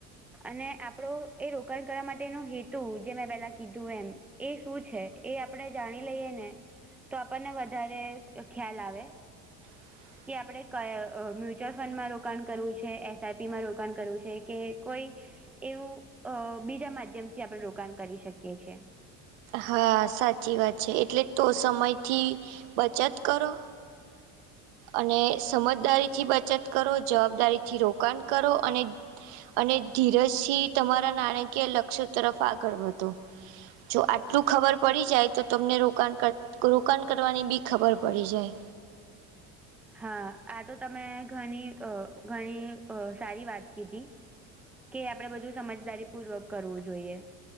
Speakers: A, in the centre; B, on the right.
A: અને આપણો એ રોકાણ કરવા માટેનો હેતુ જે મેં પેલા કીધું એમ. એ શું છે એ આપણે જાણી લઈએ ને. તો આપણને વધારે ખ્યાલ આવે.
B: હ.
A: કે આપણે ક મ્યુચ્યુઅલ ફંડમાં રોકાણ કરવું છે એસઆઈપી માં રોકાણ કરવું છે કે. કોઈ એવું બીજા માધ્યમથી આપણે રોકાણ કરી શકીએ છ છેએ.
B: હા સાચી વાત છે એટલે તો સમયથી બચત કરો. અને સમજદારીથી બચત કરો જવાબદારીથી રોકાણ કરો અને. અને ધીરજથી તમારા નાણાકીય લક્ષ્ય તરફ આગળ વધો. જો આ. એલું ખબર પડી જાય તો તમને રોકાણ કર રોકાણ કરવાની બી ખબર પડી જાય.
A: હા આ તો તમે ઘણી ઘણી સારી વાત કીધી. કે આપડે બધું સમજદારી પૂર્વક કરવું જોઈએ.